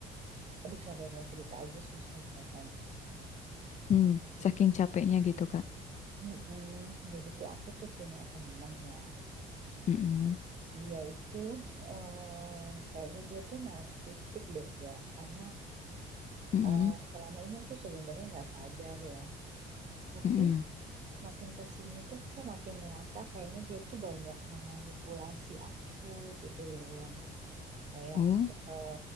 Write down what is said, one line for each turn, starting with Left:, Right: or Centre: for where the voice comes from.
Right: aduh sampai mau cerita aja susah rasanya.
Left: Mm, Saking capeknya gitu kak.
Right: Mm-mm. Jadi tuh aku tuh punya temen ya.
Left: Mm-mm.
Right: Dia itu eh, kayaknya dia tuh narsistik deh gak. Karena
Left: Mm-mm.
Right: eh, selama ini aku sebenarnya nggak sadar ya. Tapi
Left: Mm-mm.
Right: makin kesini tuh aku makin ngerasa kayaknya dia tuh banyak memanipulasi aku gitu loh. Yang kayak
Left: Oh,
Right: eh,